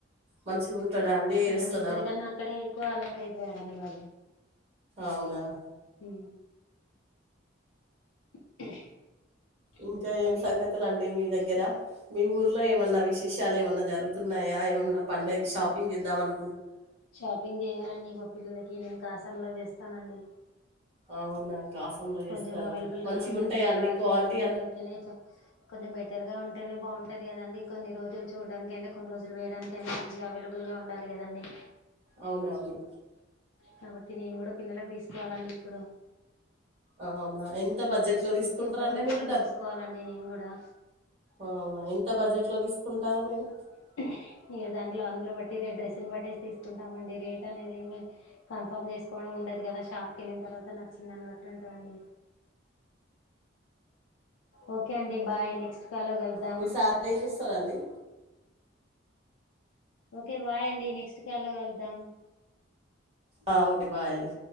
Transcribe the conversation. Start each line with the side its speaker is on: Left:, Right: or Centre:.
Right: మంచిగా ఉంటాడా అండి ఏడుస్తడ్
Left: ఇగ ఇక్కడికన్నా అక్కడే ఎక్కువ అలవాటు అయిపోయాడండివాడు
Right: అవునా!
Left: మ్ <unintelligible>
Right: ఇంకా
Left: చెప్పండి
Right: ఏం సంగతులండి మీ దగ్గర మీ ఊర్లో ఏం ఏమన్నా విశేషాలు ఏమన్నా జరుగుతున్నాయా ఏమన్నా పండగకి షాపింగ్ చేద్దాం అను
Left: షాపింగ్ చేయాలండి మా పిల్లలకి నేను కాసాంలో చేస్తానండి
Right: అవునా కాసంలో చేస్తారా
Left: కొంచెం అవైలబుల్
Right: మంచిగా
Left: గా ఉంటుంది
Right: ఉంటాయా
Left: క్లాత్
Right: అండి క్వాలిటీ
Left: అందులో అయితేనే కొంచెం బెటర్ గా ఉం టేనే బాగుంటది కదండి కొన్ని రోజులు చూడడానినికికైనా కొన్ని రోజులు వేయడానికైనా మంచిగా అవైలబుల్గా ఉండాలి కదండి
Right: అవునవును
Left: కాబట్టి నేను కూడా పిల్లలలకు తీసుకోవాలండి ఇప్పుడు
Right: అవునా ఎంత
Left: ఇప్పుడు
Right: బడ్జెట్
Left: ఫెస్టివల్
Right: లో తీసుకుంటారండి
Left: కి ఉగాది కోసం
Right: మీరు
Left: తీసుకోవాలండి నేను కూడా
Right: ఓ మా ఎంత బడ్జెట్ లో తీసుకుంటారు మీరు
Left: హంకుహు ఇక దాంట్లో అందులో బట్టి డ్రెస్ని బట్టటేసి తీసుకుంటాండి రేట్ అనేది ఏమి కన్ఫామ్ చేసుకోమ్ ఉండదు కదా షాప్ కి వెళ్ళిన తర్వాత నచ్చిందాన్ని బట్టి ఉంటదండి ఓకే అండి బాయ్ నెక్స్ట్ కాల్లో కలుద్దాం
Right: మీ సార్ ఏం చేస్తారండి
Left: ఓకే బాయ్ అండి నెక్స్ట్ కాల్లో కలుద్దాం
Right: ఆ ఒకే బాయ్ అండి